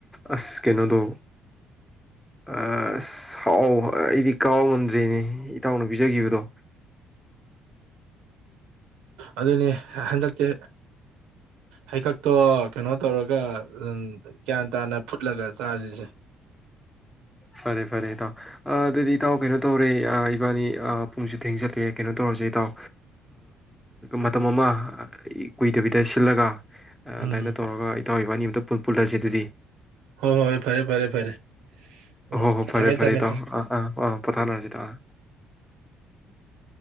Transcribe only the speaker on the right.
ꯑꯗꯨꯅꯤ ꯍꯟꯗꯛꯛꯇꯤ ꯍꯩꯀꯛꯇꯣ ꯀꯩꯅꯣ ꯇꯧꯔꯒ ꯒ꯭ꯌꯥꯟ ꯇꯥꯅ ꯐꯨꯠ ꯂꯒ ꯆꯥꯔꯖꯁꯦ
ꯎꯝ
ꯍꯣꯏ ꯍꯣꯏ ꯍꯣꯏ ꯐꯔꯦ ꯐꯔꯦ ꯐꯔꯦ ꯎꯝ
ꯊꯝꯃꯦ
ꯊꯝꯃꯦ
ꯊꯝꯃꯦ